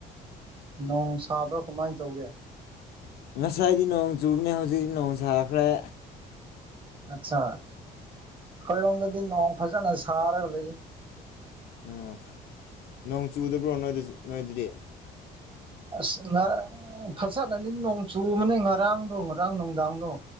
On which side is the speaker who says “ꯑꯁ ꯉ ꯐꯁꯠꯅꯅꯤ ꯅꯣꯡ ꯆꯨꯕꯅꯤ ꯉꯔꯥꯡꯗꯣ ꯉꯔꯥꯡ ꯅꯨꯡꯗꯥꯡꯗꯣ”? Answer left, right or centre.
Right